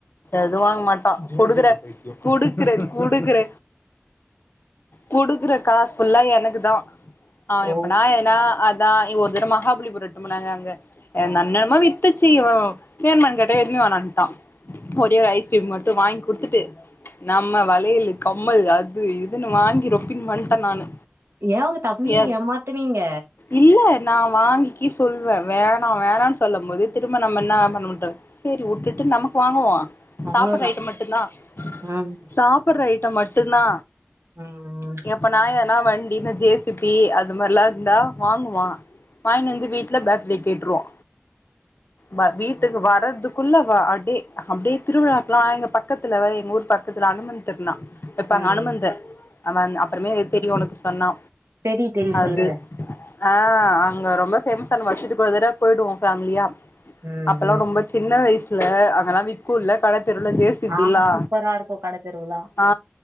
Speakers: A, on the left; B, on the right.
A: எது வாங்க மாட்டா கொடுக்குற குடுக்குற குடுக்குற குடுக்குற காசு ஃபுல்லா எனக்கு தா அவன்
B: ஓ
A: எப்பனா ஏதனா அந் தா இ ஒரு தடவ மகாபலிபுரம் இட்டுன் போனாங்க அங்க அ ந என்னெனமோ வித்துச்சி இவன் வேண்மான்னு கேட்டா எதுமே வேணான்ட்டான் ஒரே ஒரு ஐஸ்கிரீம் மட்டு வாய்ங் குடுத்துட்டு நம்ம வளையலு கம்மல் அது இதுன்னு வாங்கி ரொப்பின் வந்ட்ட நானு
B: ஏன் உங்க தம்பிய
A: எ
B: ஏமாத்துனீங்க
A: இல்ல நா வாங்கிக்கி சொல்வ வேணா வேணான் சொல்லம் போது திரும்ப நம்ம என்னா பண்ண முட்ற செரி உட்டுட்டு நமக்கு வாங்குவோ
B: அவ்ளோதா
A: சாப்பட்ர ஐட்டம் மட்டு தான் சாப்பு
B: ம்
A: சாப்பட்ற ஐட்டம் மட்டுந்தா
B: ம்
A: எப்பனா எதுனா வண்டி ஜே சி பி அது மார்லாருந்தா வாங்குவா வாய்னு வந்து வீட்ல பேட்ரிய கேட்டுருவா வ வீட்டுக்கு வர்றதுக்குள்ள வா அடி அப்டியே திருவிழாக்லா எங்க பக்கத்துல எங்க ஊர் பக் பக்கத்துல அனுமந்த் திருநா வெப்பாங்க
B: ம்
A: அனுமந்து அவ அப்பறமே தெரியு ஒனக்கு சொன்னா
B: தெரியு தெரியு
A: அது
B: சொல்லுங்க
A: ஆ அங்க ரொம்ப ஸ்பெண்ட் பண்ணுவோ வருஷத்துக்கு ஒரு தடவ போயிடுவோ ஃபேமிலியா
B: ம்
A: அப்பல்லா
B: ம்
A: ரொம்ப சின்ன வயசுல அங்கெல்லா விக்குல கட தெருவுல ஜே சி
B: ஆ
A: பி ல்லா
B: சூப்பரா இருக்கு கட தெருவுலா
A: ஆ